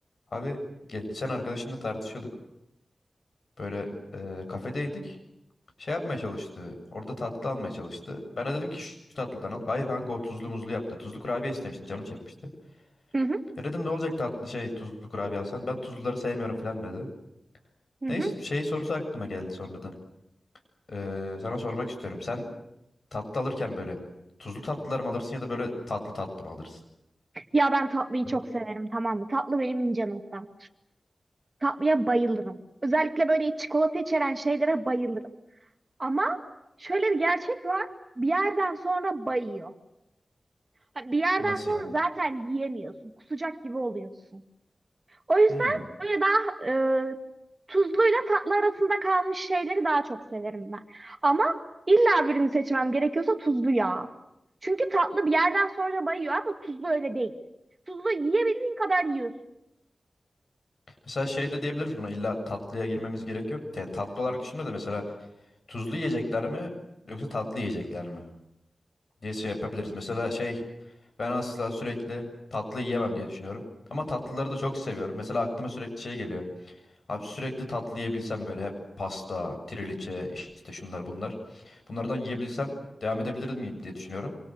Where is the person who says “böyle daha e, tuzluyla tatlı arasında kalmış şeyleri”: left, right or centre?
Right